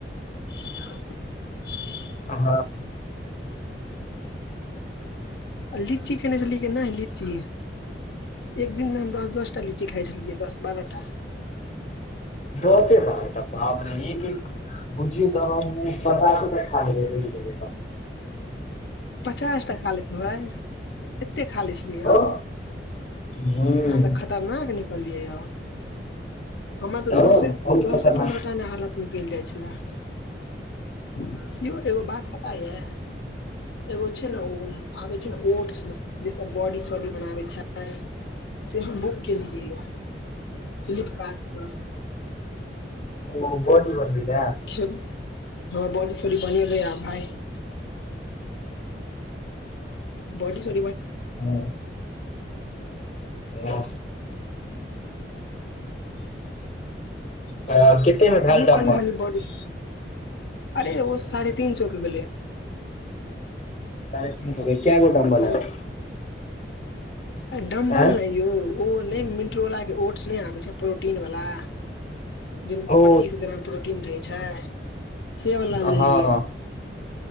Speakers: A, on the left; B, on the left.
A: <inaudible>
B: अहाँ
A: लीची खेने छली के नहि लीची। एक दिनमे हम दस दसटा लीची खाइ छलियै दस बारहटा
B: दसे बरहटा बाप रे एक एक बुझियो त हम पँचासँ रूपा खा लेबै बुझ गेलियै तऽ
A: पचासँटा खाली छै भाय एते खाली छलियो।
B: हँ हुँ
A: अहाँ त खतरनाक निकललियै। हमरा
B: तऽ
A: त दस
B: बहुत
A: से दस
B: खतरनाक
A: से पन्द्रहटा मे हालत निकलि जाइ छले यौ एगो बात पता य एगो छै ने ओ आब छै ने ओट्स जे सभ बॉडी सॉडी बनाबै छै आय से हम बुग गेलियय य फ्लिपकार्ट पर
B: ओ बोडी बर्बीए लऽ
A: ह बॉडी सॉडी बने रहै या भाय। बाॅडी <unintelligible>
B: हुँ वहा तऽ कतेमे भेल
A: हम
B: डम्बल
A: कनि मनी बडी। अरे ओ साढ़े तीन सै के भेलै।
B: साढ़े तीन सौ के कै गोट अंल
A: अरे
B: है।
A: डम्बल
B: आँय
A: ने यौ ओ नहि मिट्रो वाला के ओतसऽ नहि आबे छै प्रोटीन वाला जाहि मे
B: ओ
A: पच्चीस ग्राम प्रोटीन रहै छै सेवला
B: हँ
A: लेलियै।
B: हँ